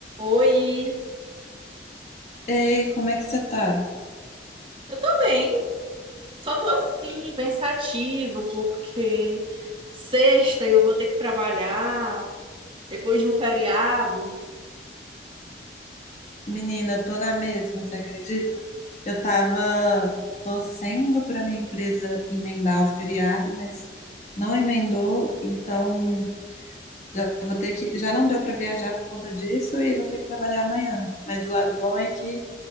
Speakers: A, on the right; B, on the left.
A: Oi,
B: Ei, como é que você tá?
A: eu tô bem, só tô assim, pensativa, porque sexta eu vou ter que trabalhar depois de um feriado.
B: Menina, eu tô na mesma, você acredita? Eu tava torcendo pra minha empresa emendar o feriado, mas não emendou, então já vou ter que, já não deu pra viajar por conta disso e vou ter que trabalhar amanhã. Mas o lado bom é que